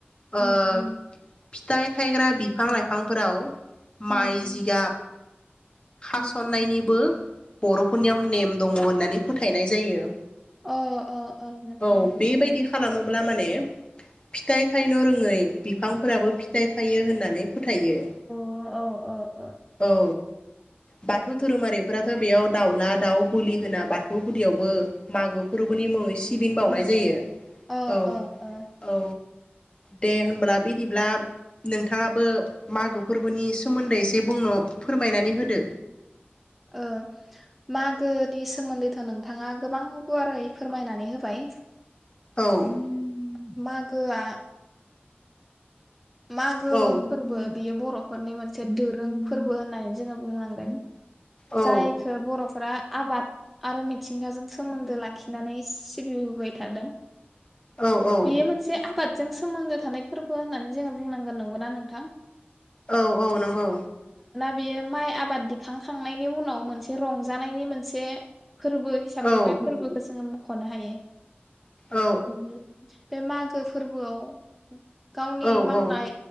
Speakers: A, on the left (about 30°); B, in the centre.
A: ओ
B: उम उम।
A: फिथाइ थायग्रा बिफां लाइफांफोराव माइ
B: उम उम उम
A: जिगाब खास'ननायनिबो
B: उम उम
A: बर'फोरनियाव नेम दङ होननानै फोथायनाय जायो।
B: अ। अ अ नोंथां
A: औ
B: नंगौ
A: बेबायदि
B: नंगौ
A: खालामोब्ला माने फिथाइ थाइनो रोङै बिफांफोराबो फिथाइ थायो होननानै फोथायो।
B: अ औ औ
A: औ बाथौ धोरोमारिफोरा बेयाव दाउला दाउ बोलि होना बाथौ गुदियावबो मागो फोरबोनि मुङै स <unintelligible> बावउनाय
B: ओ
A: जायो
B: ओ ओ
A: औ
B: ओ ओ
A: औ दे होनबब्ला बिदिब्ला नोंथाङाबो मागो फोरबोनि सोमोन्दै एसे बुंनो फोरमायनानै होदो।
B: ओ मागो नि सोमोन्दैथ' नोंथाङा गोबां गुवारै फोरमायनानै होबाय। <inaudible>
A: औ
B: मागोआ मघो
A: औ
B: फोरबो बियो बरफोरनि मोनसे दोरों फोरबो होननानै जोङो बुंनांगोन।
A: औ
B: जायखो बरफोरा आबाद आरो मिथिंगाजों सोमोन्दो लाखिनानै सिबिबोबाय थादों।
A: औ औ
B: बेयो मोनसे आबाद जों सोमोन्दो थानाय फोरबो होननानै जोङो बुंनांगोन। नंगौना नोंथां?
A: औ औ नंगौ।
B: बियो माइ आबाद दिखां नायनि उनाव मोनसे रंजानायनि मोनसे फोरबो हिसाबै
A: औ
B: बे फोरबोखौ जोङो खनो हायो
A: औ
B: <unintelligible> बे मागो फोरबोआव गावनि
A: औ
B: मावनाय
A: औ